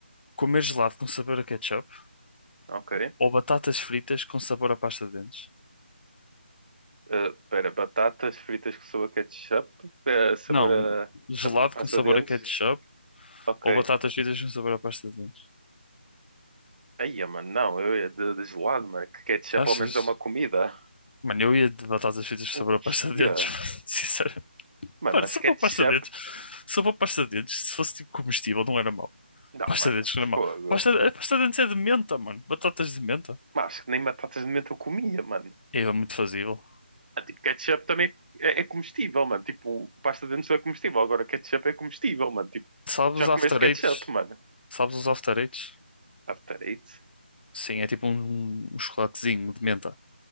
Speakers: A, on the left; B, on the right.
A: comer gelado com sabor a ketchup
B: Ok.
A: ou batatas fritas com sabor a pasta de dentes?
B: Eh, Espera, batatas fritas com sabor ketchup, eh, sabor
A: Não,
B: a,
A: gelado
B: a pasta
A: com sabor
B: de dentes.
A: a ketchup
B: Ok.
A: ou batatas fritas com sabor a pasta de dentes?
B: Aí, mano, não, eu ia de, de gelado, mano, que ketchup
A: Achas?
B: ao menos é uma comida.
A: Mano, eu ia de batatas fritas com
B: O
A: sabor
B: que
A: a pasta de dentes,
B: é?
A: <laughs> sinceramente.
B: Mano,
A: Mano,
B: mas
A: só
B: ketchup.
A: para pasta de dentes. Só para pasta de dentes, se fosse tipo comestível, não era mau.
B: Não,
A: Pasta
B: mano,
A: de dentes não era mau.
B: fogo.
A: Pasta, a pasta de dentes é de menta, mano. Batatas de menta.
B: Mas acho que nem batatas de menta eu comia, mano.
A: É muito fazível.
B: Ah, tipo, ketchup também é, é comestível, mano. Tipo, pasta de dentes não é comestível. Agora, ketchup é comestível, mano. Tipo,
A: Sabes
B: já
A: os
B: comeste
A: after
B: ketchup,
A: eights?
B: mano.
A: Sabes os after eights?
B: After eight?
A: Sim, é tipo um, um chocolatezinho de menta.